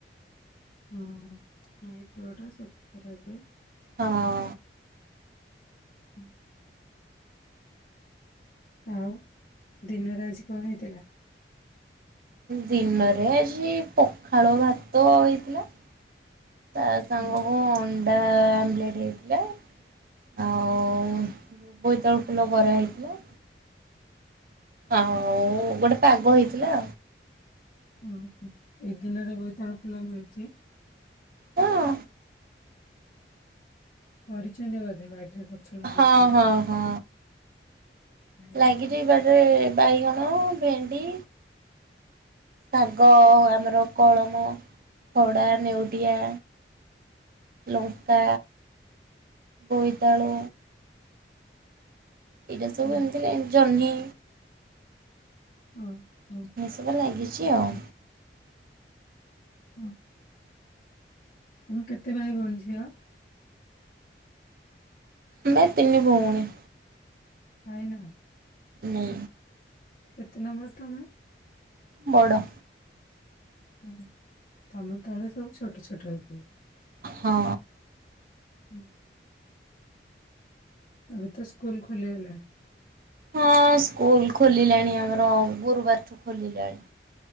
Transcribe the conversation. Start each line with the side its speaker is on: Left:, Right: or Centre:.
Left: ହୁଁ ନଈ କୂଳ ଟା ସବୁ କରାଯାଏ।
Right: ହଁ।
Left: ହୁଁ। ଆଉ ଦିନରେ ଆଜି କଣ ହେଇଥିଲା?
Right: ଦିନରେ ଆଜି ପଖାଳ ଭାତ ହେଇଥିଲା। ତା ସାଙ୍ଗକୁ
Left: ହୁଁ।
Right: ଅଣ୍ଡା ଆମ୍ଲେଟ୍ ହେଇଥିଲା। ଆଉ ବୋଇତାଳୁ ଫୁଲ ବରା ହେଇଥିଲା। ଆଉ ଗୋଟେ ପାଗ ହେଇଥିଲା।
Left: ଉଁ ହୁଁ ଏ ଦିନରେ ବୋଇତାଳୁ ଫୁଲ ମିଳୁଛି?
Right: ହଁ।
Left: କରିଛନ୍ତି ବୋଧେ ବାଡିରେ ଗଛ ଲଗେଇଛନ୍ତି।
Right: ହଁ ହଁ ହଁ।
Left: ହଁ
Right: ଲାଗିଛି ବାଡିରେ ବାଇଗଣ, ଭେଣ୍ଡି। ଶାଗ ଆମର କଳମ ଖଡା ନେଉଟିଆ। ଲଙ୍କା ବୋଇତାଳୁ ଏଇଟା ସବୁ
Left: ଓ
Right: ଏମିତିରେ ଜହ୍ନି
Left: ହଁ ହଁ।
Right: ଏରା ଲାଗିଛି ଆଉ।
Left: ହଁ। ତମେ କେତେ ଭାଇ ଭଉଣୀ ଝିଅ?
Right: ଆମେ ତିନି ଭଉଣୀ।
Left: ଭାଇ ନାହାନ୍ତି?
Right: ନା।
Left: କେତେ ନମ୍ବର ତମେ?
Right: ବଡ଼।
Left: ହୁଁ ତମ ତଳେ ସବୁ ଛୋଟ ଛୋଟ ହେଇଥିବେ?
Right: ହଁ।
Left: ହୁଁ। ଏବେ ତ ସ୍କୁଲ ଖୋଲିଗଲାଣି?
Right: ହଁ ସ୍କୁଲ ଖୋଲିଲାଣି ଆମର ଗୁରୁବାରଠୁ ଖୋଲିଲାଣି।